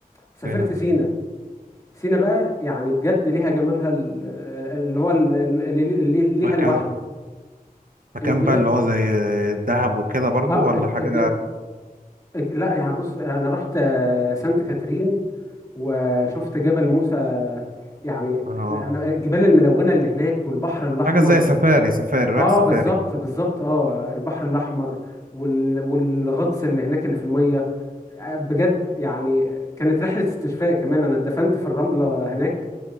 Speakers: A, on the left; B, on the right.
A: سافرت
B: فعلا
A: سينا سينا بقى يعني بجد ليها جمالها ال- اللي هو ال- اللي اللي ليها
B: مكان
A: لوحده
B: مكان
A: الجبال
B: بقى اللي هو زي دهب وكده برضو
A: اه
B: ولا
A: الج...
B: حاجه
A: الج... الج... لا يعني بص انا رحت آه، سانت كاترين وشفت جبل موسى يعني
B: اه
A: انا الجبال الملونه اللي هناك والبحر الاحمر
B: حاجة زي سفاري سفاري رايح
A: اه
B: سفاري
A: بالظبط بالظبط اه البحر الاحمر وال... والغطس اللي هناك اللي في الميه آه، بجد يعني كانت رحله استشفاء كمان انا اتدفنت في الرمله هناك